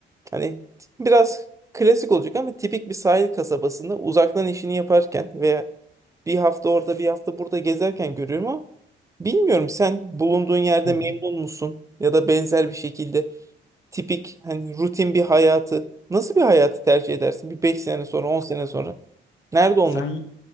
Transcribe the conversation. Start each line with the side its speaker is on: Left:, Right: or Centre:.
Right: Hani biraz klasik olacak ama tipik bir sahil kasabasında uzaktan işini yaparken veya bir hafta orada bir hafta burada gezerken görüyorum ama bilmiyorum sen bulunduğun yerde
Left: Hı hı.
Right: memnun musun ya da benzer bir şekilde tipik hani rutin bir hayatı nasıl bir hayatı tercih edersin bir 5 sene sonra 10 sene sonra nerede olmak?
Left: Sen